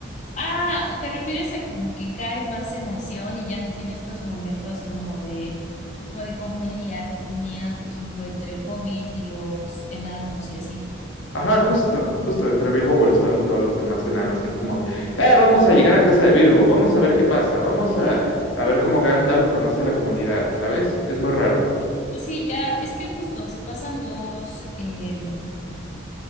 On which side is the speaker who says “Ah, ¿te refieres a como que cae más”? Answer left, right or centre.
Left